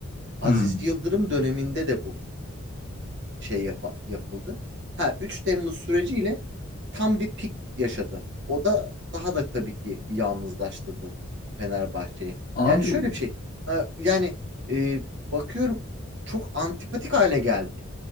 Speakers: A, on the right (about 55°); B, on the left (about 40°).
A: Aziz
B: Hı. Hmm.
A: Yıldırım döneminde de bu şey yapa- yapıldı. Ha 3 Temmuz süreciyle tam bir pik yaşadı. O da daha da tabii ki yalnızlaştırdı Fenerbahçe'yi.
B: Abi
A: Yani şöyle bir şey. e, Yani e, bakıyorum çok antipatik hale geldi